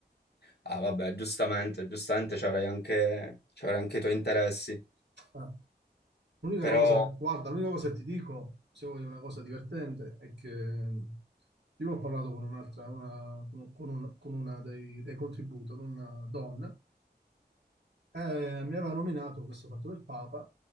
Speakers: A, on the left; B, on the right.
A: Ah, vabbè, giustamente, giustamente ci avrai anche, ci avrai anche i tuoi interessi.
B: Eh. L'unica
A: Però,
B: cosa guarda, l'unica cosa che ti dico, se vuoi una cosa divertente, è che mh, prima ho parlato con un'altra una con con un con una dei dei contributor, con una donna eh, mi aveva nominato questo fatto del Papa,